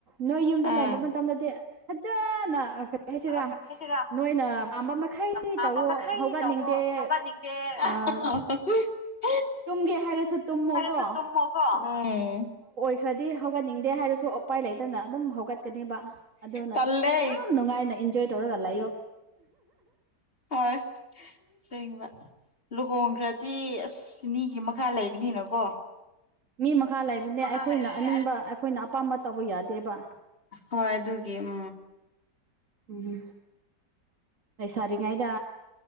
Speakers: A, on the right; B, on the left.
A: ꯅꯣꯏ ꯌꯨꯝꯗ
B: ꯑꯥ
A: ꯂꯩ ꯇꯦ ꯐꯖꯅ ꯀꯔꯤ ꯍꯥꯏꯁꯤꯔꯥ
B: ꯀꯔꯤ ꯍꯥꯏꯁꯤꯔꯥ
A: ꯅꯣꯏꯅ ꯄꯥꯝꯕ ꯃꯈꯩ
B: ꯄꯥꯝꯕ
A: ꯇꯧꯋꯣ
B: ꯃꯈꯩ
A: ꯍꯧꯒꯠꯅꯤꯡꯗꯦ
B: ꯇꯧꯋꯣ ꯍꯧꯒꯠꯅꯤꯡꯗꯦ <unintelligible>
A: ꯑꯥ ꯇꯨꯝꯒꯦ ꯍꯥꯏꯔꯁꯨ ꯇꯨꯝꯃꯣꯀꯣ
B: ꯍꯥꯏꯔꯁꯨ ꯇꯨꯝꯃꯣꯀꯣ ꯎꯝ
A: ꯈꯔꯗꯤ ꯍꯧꯒꯠꯅꯤꯡꯗꯦ ꯍꯥꯏꯔꯁꯨ ꯎꯄꯥꯏ ꯂꯩꯇꯅ ꯑꯗꯨꯝ ꯍꯧꯒꯠ ꯆꯠꯀꯅꯦꯕ ꯑꯗꯨꯅ
B: ꯇꯜꯂꯦ
A: ꯌꯥꯝ ꯅꯨꯡꯉꯥꯏꯅ ꯏꯟꯖꯣꯏ ꯇꯧꯔꯒ ꯂꯩꯌꯣ
B: ꯍꯣꯏ ꯁꯦꯡꯕ ꯂꯨꯍꯣꯡꯈ꯭ꯔꯗꯤ ꯑꯁ ꯃꯤꯒꯤ ꯃꯈꯥ ꯂꯩꯕꯅꯤꯅꯀꯣ
A: ꯃꯤ ꯃꯈꯥ ꯂꯩꯕꯅꯦ
B: ꯃꯈꯥ
A: ꯑꯩꯈꯣꯏꯅ
B: ꯂꯩꯕꯅꯦ
A: ꯑꯅꯤꯡꯕ ꯑꯩꯈꯣꯏꯅ ꯑꯄꯥꯝꯕ ꯇꯧꯕ ꯌꯥꯗꯦꯕ
B: ꯍꯣꯏ ꯑꯗꯨꯒꯤ ꯎꯝ
A: ꯎꯝ ꯂꯩꯁꯥꯔꯤꯉꯩꯗ